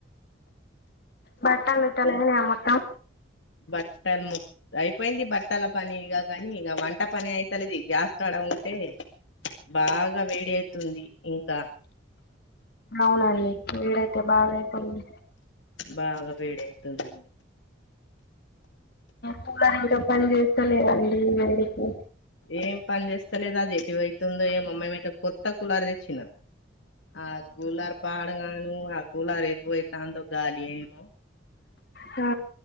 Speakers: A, on the left; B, on the left.
A: బట్టలుట్టలానే మొత్తం
B: బక్కా మ్మి అయిపోయింది బట్టల పని ఇక కాని ఇక వంట పని అయితలేదు ఇ గ్యాస్ కాడ ఉంటే బాగా వేడి అవుతుంది ఇంకా
A: మల్లండి వీడైతే బాగా అయిపోయింది
B: బాగా వేడి అయితుందండి
A: కులార్లు కూడ పని చేస్తలేవండి ఇ వేడికి
B: ఏం పని చేస్తాలేదు అది ఎటువైతుందో ఏమో మేమైతే కొత్త కులార్ తెచ్చినాం. ఆ కూలారు పాడగాను ఆ కూలారు ఎటు పోయితందో గాలి ఏమో.
A: హ